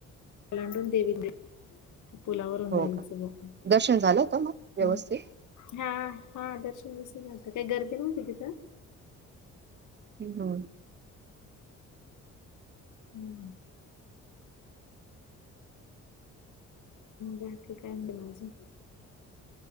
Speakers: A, on the left (about 75°); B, on the right (about 35°).
A: <unintelligible> देविंद्र पुलावरून
B: हो
A: जायचं
B: का?
A: बघा.
B: दर्शन झालं होतं
A: हम्म.
B: मग व्यवस्थित?
A: हा हा दर्शन विसरून आलतं, काही गर्दी नव्हती तिथं.
B: विनोद.
A: हम्म. बाकी काय मग अजून?